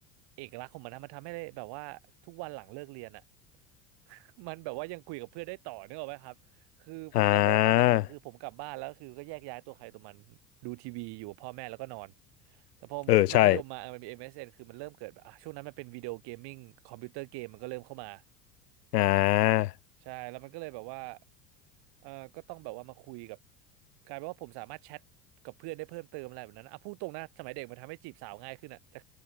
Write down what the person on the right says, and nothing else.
เอกลักษณ์ของมันนะมันทำให้ได้แบบว่าทุกวันหลังเลิกเรียนอ่ะ <laughs> มันแบบว่ายังคุยกับเพื่อนได้ต่อนึกออกไหมครับคือผมจำได้ว่าตอนประถมคือผมกลับบ้านแล้วคือก็แยกย้ายตัวใครตัวมันดูทีวีอยู่กับพ่อแม่แล้วก็นอน
แต่พอผมขึ้นมัธยมมาเออมันมี
MSN คือมันเริ่มเกิดแบบอ่ะช่วงนั้นมันเป็นวิดีโอเกมมิ่งคอมพิวเตอร์เกมมันก็เริ่มเข้ามา
ใช่แล้วมันก็เลยแบบว่าเออก็ต้องแบบว่ามาคุยกับกลายเป็นว่าผมสามารถแชทกับเพื่อนได้เพิ่มเติมอะไรแบบนั้นนะอ่ะพูดตรงนะสมัยเด็กมันทำให้จีบสาวง่ายขึ้นอ่ะ <laughs> แต่